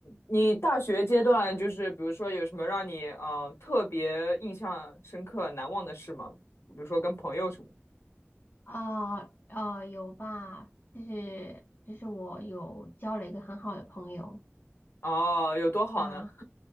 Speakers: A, on the left; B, on the left.
A: 你大学阶段就是比如说有什么让你嗯、呃特别印象深刻、难忘的事吗？比如说跟朋友什么的。
B: 啊啊有吧，就是就是我有交了一个很好的朋友
A: 哦，有多好呢？
B: 啊，